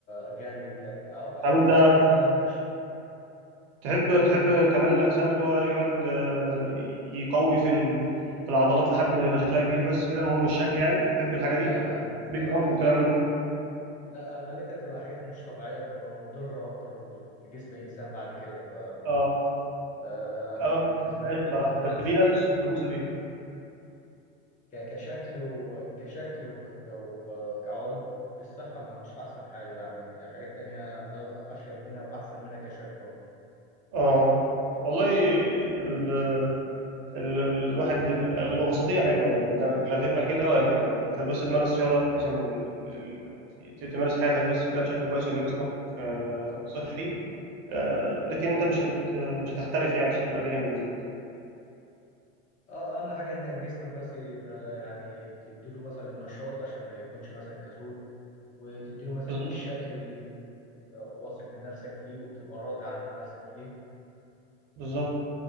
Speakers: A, on the left; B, on the right.
A: كجري ك... ك- أو أبسطها
B: طب انت
A: مثلا الماتش
B: تحب تحب كمال الاجسام اللي هو يقعد آه، يقوي في ال- في العضلات لحد ما يبقى شكلها كبير بس كده المهم الشكل يعني تحب الحاجة
A: لا
B: دي
A: لا لا
B: بيج رامي
A: لا
B: وكلام من ده
A: لا اغلبيتها هتبقى حاجات مش طبيعيه هتبقى مضره اكتر لجسم الانسان بعد كده ف...
B: اه
A: ف يعني
B: اه
A: بالنسبه
B: ما بحبهاش بصراحة
A: بالنسبه لي
B: بس
A: ما بحبهاش
B: في ناس مهووسة بيها
A: ك... كشكل وكشكل وك... وك... كعود بالصحه ما مش احسن حاجه يعني حاجات تانية ده افيد منها واحسن منها كشكل برضه
B: اه والله ال... ال... الواحد ال- الوسطيه حلوه يعني إنك لا تبقى كده ولا كده يعني انت بس تمارس رياضه بحيث ان ال... ال... ت- تمارس حياتك بس كده بشكل كويس ويبقى جسمك آه، صحي آه، لكن انت مش هت... مش هتحترف يعني مش هتبقى جامد يعني
A: اه اهم حاجه انك جسمك بس يبقى يعني تديله مثلا النشاط عشان ما يكونش مثلا كسول وتديله مثلا
B: بالظبط
A: الشكل اللي اللي- اللي يبقى واثق من نفسك فيه وتبقى راضي عن نفسك فيه
B: بالظبط